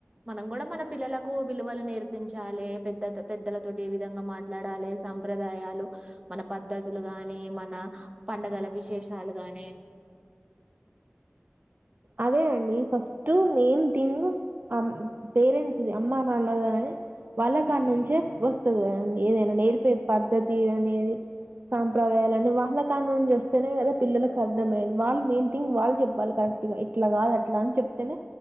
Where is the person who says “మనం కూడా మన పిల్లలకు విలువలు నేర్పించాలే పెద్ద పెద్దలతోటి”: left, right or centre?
Right